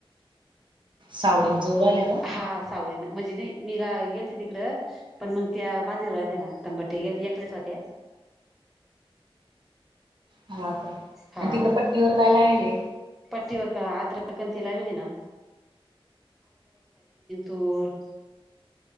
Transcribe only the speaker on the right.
सावडीन जोर आल्या ग.
हा का आणि
तिकडे पट्टीवर काय लावीले.